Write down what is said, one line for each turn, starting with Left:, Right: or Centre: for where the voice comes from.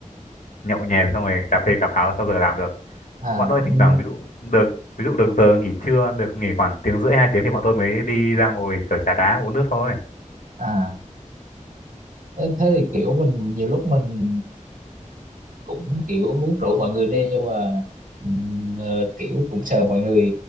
Left: nhậu nhẹt xong rồi cà phê cà pháo sau giờ làm được
Right: à,
Left: bọn tôi thỉnh
Right: ừ,
Left: thoảng ví dụ được ví dụ được giờ nghỉ trưa được nghỉ khoảng tiếng rưỡi hai tiếng thì bọn tôi mới đi ra ngồi kiểu trà đá uống nước thôi
Right: à thế thế thì kiểu mình nhiều lúc mình cũng kiểu muốn rủ mọi người đi nhưng mà ừm, ờ, kiểu cũng sợ mọi người